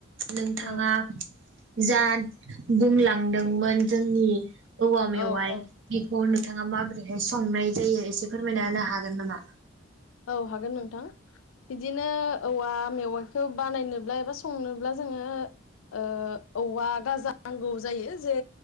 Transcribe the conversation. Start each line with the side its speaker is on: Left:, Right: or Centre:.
Right: नोंथाङा
Left: औ
Right: जाद बुंलांदोंमोन जोंनि औवा मेवाइ
Left: औ औ
Right: बिखौ नों नोंथाङा माबोरैहाय संनाय जायो एसे फोरमायना होनो हागोन नामा?
Left: औ हागोन नोंथां बिदिनो औवा मेवाइखौ बानायनोब्ला एबा संनोब्ला जोङो ओ औवा गाजा नांगौ जायो जे